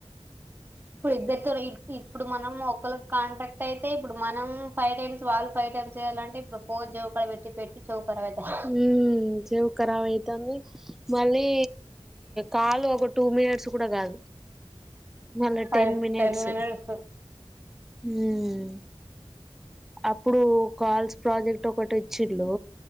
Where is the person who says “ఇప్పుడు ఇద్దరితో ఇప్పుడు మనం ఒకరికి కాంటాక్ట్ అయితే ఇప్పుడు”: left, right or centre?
Right